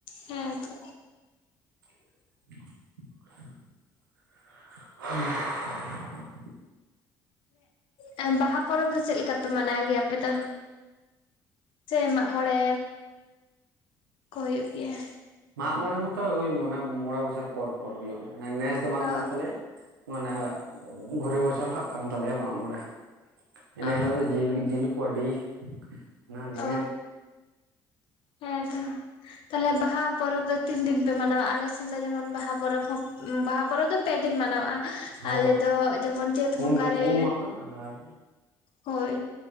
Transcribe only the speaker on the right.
<inaudible> <inaudible>
ᱢᱟᱜ ᱢᱚᱬᱮ ᱢᱚᱛᱚ ᱳᱭ ᱢᱚᱱᱮ ᱢᱚᱬᱮ ᱵᱚᱪᱷᱚᱨ ᱯᱚᱨ ᱯᱚᱨ ᱦᱩᱭᱩᱜ ᱢᱟᱱᱮ ᱱᱮᱥ ᱫᱚ ᱵᱟᱝ
ᱠᱟᱱ ᱛᱟᱞᱮᱭᱟ᱾ ᱢᱟᱱᱮ ᱜᱷᱚᱨᱮ ᱵᱚᱪᱷᱚᱨ ᱦᱟᱸᱜ ᱠᱟᱱ ᱛᱟᱞᱮᱭᱟ ᱢᱟᱜᱼᱢᱚᱬᱮ᱾ ᱮᱱᱟᱹ
ᱦᱤᱞᱳᱜ ᱫᱚ ᱡᱤᱞ ᱡᱤᱞ ᱠᱚ ᱟᱹᱰᱤ ᱦᱟᱱᱟ ᱱᱤᱭᱟᱹ᱾
ᱦᱳᱭ
ᱩᱢ
ᱩᱢ
ᱢᱟᱦᱟ ᱟᱨ